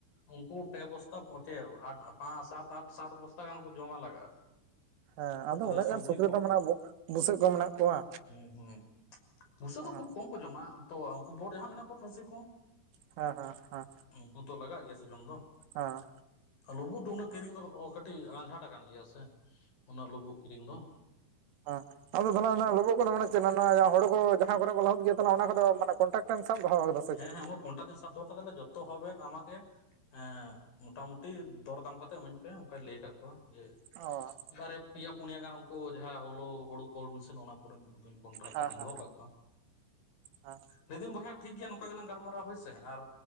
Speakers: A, on the left; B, on the right.
A: ᱩᱱᱠᱩ ᱯᱮ ᱵᱚᱥᱛᱟ ᱯᱚᱪᱮᱣ ᱯᱟᱸ ᱥᱟᱛ ᱟᱴ ᱥᱟᱛ ᱵᱚᱥᱛᱟ ᱜᱟᱱ ᱠᱚ ᱡᱚᱢᱼᱟ ᱞᱟᱜᱟᱜᱼᱟ
B: ᱦᱮᱸ ᱟᱫᱚ
A: ᱯᱩᱨᱟᱹ
B: ᱩᱱᱟᱹᱜ
A: ᱥᱚᱵᱽᱡᱤ
B: ᱜᱟᱱ ᱥᱩᱠᱨᱤ ᱫᱚ ᱢᱟᱱᱮ. ᱵᱩ ᱵᱩᱥᱟᱹᱜ ᱠᱚ ᱢᱮᱱᱟᱜ ᱠᱚᱣᱟ᱾
A: ᱦᱮᱸ- ᱦᱩᱸ ᱵᱩᱥᱟᱹᱜ
B: ᱦᱮᱸ
A: ᱫᱚ ᱠᱷᱩᱵ ᱠᱚᱢ ᱠᱚ ᱡᱚᱢᱼᱟ ᱛᱚ ᱩᱱᱠᱩ ᱵᱳᱴ ᱡᱟᱦᱟᱸ ᱢᱮᱱᱟᱜ ᱠᱚ ᱠᱷᱟᱹᱥᱤ ᱠᱩ
B: ᱦᱮᱸ ᱻ ᱦᱮᱸ ᱻ ᱦᱮᱸ
A: ᱩᱱᱠᱩ ᱫᱚ ᱞᱟᱜᱟᱼᱜ ᱜᱮᱭᱟ ᱥᱮ ᱡᱚᱢ ᱫᱚ
B: ᱦᱚᱸ
A: ᱞᱩᱵᱩᱜ ᱫᱚ ᱩᱱᱟᱹᱜ ᱠᱤᱨᱤᱧ ᱫᱚ ᱠᱟᱹᱴᱤᱡ ᱟᱸᱡᱷᱟᱴ ᱟᱠᱟᱱ ᱜᱮᱭᱟ ᱥᱮ ᱩᱱᱟᱹᱜ ᱞᱩᱵᱩᱜ ᱠᱤᱨᱤᱧ ᱫᱚ᱾
B: ᱟ <unintelligible> ᱟᱫᱚ ᱛᱟᱦᱞᱮ ᱚᱱᱟ ᱞᱚᱵᱚᱜ ᱠᱚᱫᱚ ᱵᱚᱞᱮ ᱪᱮᱜ ᱢᱟᱱᱮ ᱟᱭᱟᱜ ᱦᱳᱲᱳ ᱠᱚ ᱡᱟᱦᱟᱸ ᱠᱚᱨᱮ ᱠᱚ ᱞᱟᱦᱩᱫ ᱜᱮ ᱛᱟᱦᱮ ᱚᱱᱟ ᱠᱚᱫᱚ ᱠᱚᱱᱴᱮᱠᱴᱮᱴ ᱥᱟᱵ ᱫᱚᱦᱚ ᱠᱟᱫᱟ ᱥᱮ
A: ᱦᱮᱸ-
B: ᱪᱮᱫ?
A: ᱦᱮᱸ ᱚᱱᱟ ᱯᱚᱱᱴᱟ ᱫᱤᱱ ᱥᱟᱵ ᱫᱚᱦᱚ ᱠᱟᱫᱟᱞᱮ ᱡᱚᱛᱚᱵ ᱦᱚᱵᱮᱠ ᱟᱢᱟᱠᱮᱼ-ᱼᱼ ᱦᱮᱸ ᱢᱚᱴᱟᱢᱩᱴᱤ ᱫᱚᱨᱫᱟᱢ ᱠᱟᱛᱮᱜ ᱤᱢᱟᱹᱧ ᱯᱮ ᱚᱱᱠᱟᱧ ᱞᱟᱹᱭ ᱠᱟᱜ ᱠᱚᱣᱟ ᱡᱮ
B: ᱚᱸ
A: ᱨᱮ ᱯᱮᱭᱟ ᱯᱩᱱᱭᱟ ᱜᱟᱱ ᱩᱱᱠᱩ ᱡᱟᱦᱟᱸ ᱦᱳᱞᱳ ᱦᱳᱲᱩ ᱠᱚᱞ ᱢᱮᱥᱤᱱ ᱚᱱᱟ ᱠᱚᱨᱮᱱ ᱼᱼᱼ ᱠᱚᱱᱴᱟᱨᱟᱠ
B: ᱦᱮᱸ
A: ᱠᱟᱛᱮᱧ
B: ᱦᱮᱸ
A: ᱫᱚᱦᱚᱸ ᱠᱟᱜ ᱠᱚᱣᱟ
B: ᱦᱮᱸ
A: ᱞᱟᱹᱭᱫᱟᱹᱧ ᱵᱚᱭᱦᱟ ᱴᱷᱤᱠ ᱜᱮᱭᱟᱼᱼᱼ ᱱᱚᱝᱠᱟ ᱜᱮᱞᱟᱝ ᱜᱟᱞᱢᱟᱨᱟᱣᱼᱟ ᱦᱳᱭᱥᱮ ᱟᱨ